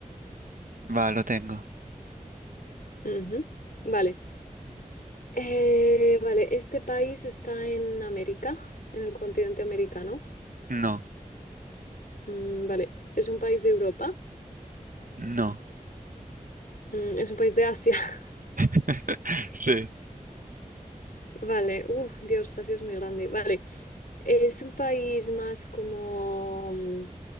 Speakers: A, on the right; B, on the left.
A: va, lo tengo.
B: Ujú. Vale. Eh, vale, este país está en América, en el continente americano.
A: No,
B: Mm, vale, es un país de Europa.
A: no.
B: Mm, es un país de Asia. <laughs>
A: <laughs> Sí.
B: Vale, uff, Dios, Asia es muy grande. Vale, es un país más como... mm,